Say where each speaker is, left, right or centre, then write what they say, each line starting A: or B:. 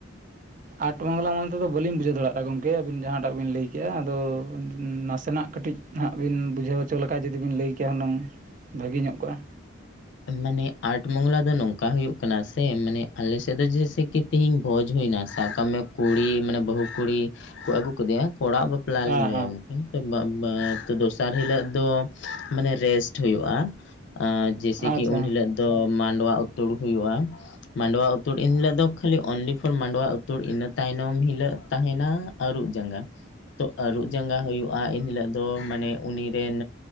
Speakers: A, on the right; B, on the left.
A: ᱟᱨᱴ ᱵᱟᱝᱞᱟ ᱢᱚᱱᱮ ᱛᱮᱫᱚ ᱵᱟᱹᱞᱤᱧ ᱵᱩᱡᱷᱟᱹᱣ ᱫᱟᱲᱮᱭᱟᱜᱼᱟ ᱜᱚᱢᱠᱮ ᱟᱹᱵᱤᱱ ᱡᱟᱦᱟᱸᱴᱟᱜ ᱵᱤᱱ ᱞᱟᱹᱭ ᱠᱮᱜᱼᱟ ᱟᱫᱚ ᱱᱟᱥᱮᱱᱟᱜ ᱠᱟᱹᱴᱤᱡ ᱱᱟᱦᱟᱜ ᱵᱤᱱ ᱵᱩᱡᱷᱟᱹᱣ ᱦᱚᱪᱚ ᱞᱮᱠᱟ ᱡᱩᱫᱤᱵᱤᱱ ᱞᱟᱹᱭ ᱠᱮᱭᱟ ᱦᱩᱱᱟᱹᱝ ᱵᱷᱟᱹᱜᱤ ᱧᱚᱜ ᱠᱚᱜᱼᱟ
B: ᱢᱟᱱᱮ ᱟᱴ ᱢᱚᱝᱞᱟ ᱫᱚ ᱱᱚᱝᱠᱟ ᱦᱩᱭᱩᱜ ᱠᱟᱱᱟ ᱥᱮ ᱢᱟᱱᱮ ᱟᱞᱮᱥᱮᱫ ᱫᱚ ᱡᱮᱥᱮᱠᱤ ᱛᱤᱦᱤᱧ ᱵᱷᱚᱡᱽ ᱦᱩᱭᱱᱟ ᱥᱟᱵ ᱠᱟᱜ ᱢᱮ ᱠᱩᱲᱤ ᱢᱟᱱᱮ ᱵᱟᱹᱦᱩ ᱠᱩᱲᱤ ᱠᱚ ᱟᱹᱜᱩ ᱠᱮᱫᱮᱭᱟ ᱠᱚᱲᱟᱜ ᱵᱟᱯᱞᱟᱞᱤᱧ
A: ᱦᱮᱸ
B: ᱞᱟᱹᱭᱟᱵᱤᱱ
A: ᱦᱮᱸ
B: ᱚᱱᱤ ᱛᱚ ᱵᱟᱵ ᱵᱟ ᱫᱚᱥᱟᱨ ᱦᱤᱞᱳᱜ ᱫᱚ ᱢᱟᱱᱮ ᱨᱮᱥᱴ ᱦᱩᱭᱩᱜᱼᱟ ᱟ ᱡᱮᱭᱥᱮ
A: ᱟᱪᱪᱷᱟ
B: ᱠᱤ ᱩᱱ ᱦᱤᱞᱳᱜ ᱫᱚ ᱢᱟᱰᱣᱟ ᱩᱛᱩᱲ ᱦᱩᱭᱩᱜᱼᱟ ᱢᱟᱰᱣᱟ ᱩᱛᱩᱲ ᱮᱱᱦᱤᱞᱳᱜ ᱫᱚ ᱠᱷᱟᱹᱞᱤ ᱚᱱᱞᱤ ᱯᱷᱚᱨ ᱢᱟᱰᱣᱟ ᱩᱛᱩᱲ ᱤᱱᱟᱹ ᱛᱟᱭᱱᱚᱢ ᱦᱤᱞᱳ ᱛᱟᱦᱮᱱᱟ ᱟᱹᱨᱩᱵ ᱡᱟᱸᱜᱟ ᱛᱚ ᱟᱹᱨᱩᱵ ᱡᱟᱸᱜᱟ ᱦᱩᱭᱩᱜᱼᱟ ᱮᱱᱦᱤᱞᱳᱜ ᱫᱚ ᱢᱟᱱᱮ ᱩᱱᱤᱨᱮᱱᱼᱼ